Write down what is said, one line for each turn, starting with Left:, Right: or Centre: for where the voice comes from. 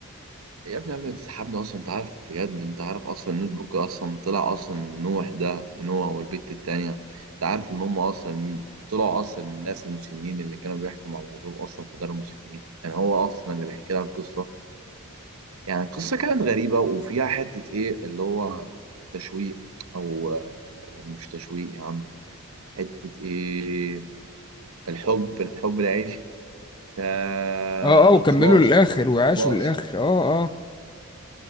Right: يا ابني قبل ما تسحبنا اصلا انت عارف بجد انت عارف اصلا النوت بوك اصلا طلع اصلا نوح ده ونوح والبت التانيه انت عارف ان هم اصلا طلعوا اصلا الناس المسنين اللي كانوا بيحكوا مع بعضهم اصلا في دار المسنين كان يعني هو اصلا اللي بيحكي لها القصه يعني القصة كانت غريبة وفيها حتة إيه اللي هو تشويق أو آه، مش تشويق يا عم حتة إيه الحب الحب العيش آه،
Left: اه اه وكملوا
Right: إخلاص
Left: للاخر وعاشوا
Right: إخلاص
Left: للاخر اه اه